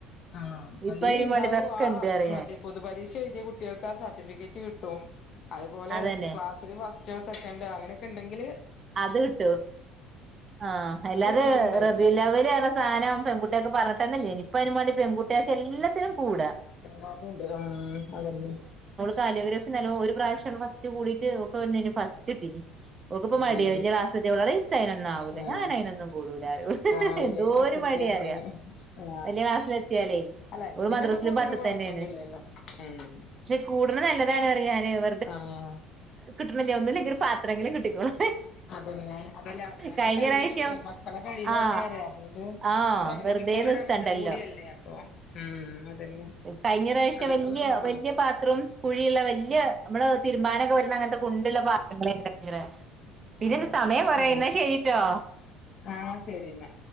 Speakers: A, on the left (about 50°); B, on the right (about 30°).
A: ആഹ്
B: ഇപ്പൊ
A: അതില
B: അയിനും
A: ഉണ്ടാവും
B: വേണ്ടി ഇതൊക്കെ
A: ആ
B: ഇണ്ട് പറയും
A: മദ്
B: ഞാന്
A: പൊതുപരീക്ഷ എഴുതിയ കുട്ടികൾക്ക് ആ സർട്ടിഫിക്കറ്റ് കിട്ടും അതുപോലെ
B: അതന്നെ
A: പത്തില് ഫസ്‌റ്റോ സെക്കന്റോ അങ്ങനൊക്കെണ്ടെങ്കിൽ
B: അത് കിട്ടു ആഹ അല്ലാതെ
A: ഒരു ഇതും ഉണ്ടായിരുന്നില്ല
B: റബിലവല് നറഞ്ഞ സാധനം പെൺകുട്ടി കുട്ടക്കെ പറഞ്ഞിട്ടന്നല്ലേയ്നി ഇപ്പ യ്നിം മാണ്ടി പെൺകുട്ടിക്കല്ലാത്തിനും കൂടാ
A: എല്ലതുംണ്ട് ഉം അതന്നെ
B: കാലിയോഗ്രഫി നല്ലൊ ഒരു പ്രാവശ്യ ഫസ്റ്റ് കൂടിയിട്ട് ഓക്ക് ഒന്നില് ഫസ്റ്റ്കിട്ടീക്ക് നമുക്കിപ്പ മടിയ
A: ഉം
B: വലിയ ക്ലാസ്സി ത്തെ വളരെ ഇച്ച അതിനൊന്ന ആവൂല
A: ഉം
B: ഞാന അതിനൊന്നും കൂടൂലന്നാറിം
A: ആ വലിയ
B: എന്തോരു
A: ക്ലാസ് എത്തിയ
B: മടിയ
A: അങ്ങനെയാണ്
B: അറി
A: ആ
B: വലിയക്ലാസ്സില എത്തിയാലേ
A: അല്ല
B: ഓള്
A: ഇതിനൊക്കെ
B: മദ്രാസിലും
A: കൂടതിന്
B: പത്തിതന്നെയാണ്
A: കൊഴപ്പൊന്നുമില്ലല്ലോ ഉം
B: പക്ഷെ കൂടുണത് നല്ലതാണ് അറിയാന് ഇർ
A: ആഹ്
B: കിട്ടണല്ലഒന്നുല്ലെങ്കി ഒരു പത്രെങ്കിലും കിട്ടിക്കോളും
A: അതന്നെ അതല്ലേ അവനാന്റെ
B: കഴിഞ്ഞ
A: കഴിവല്ലേ
B: പ്രാവശ്യം
A: മക്കളെ കഴിവല്ലേ
B: ആഹ്
A: അതരു
B: ആഹ്
A: പ്രകടിപ്പിക്കുള്ളൊരവസരം
B: വെറുതെ നിർത്തണ്ടല്ലോ
A: കൂടിയല്ലേ അപ്പൊ ഉം അതന്നെ
B: കഴിഞ്ഞ പ്രാവശ്യ
A: അതൊക്കെ
B: വലിയ
A: നല്ലതാണ്
B: വലിയ പാത്രം കുഴിയുള്ള വല്യ നമ്മള് തീരുമ്പാനൊ ക്കെ പറ്റ്ണഅങ്ങനത്തെ കുണ്ടുള്ള പാത്രങ്ള് കിട്ടിയെകണ് പിന്നെ
A: ആഹ്
B: ഇത് സമയം കുറയിന്നാ ശരിട്ടോ
A: ആഹ് ശരി എന്നാ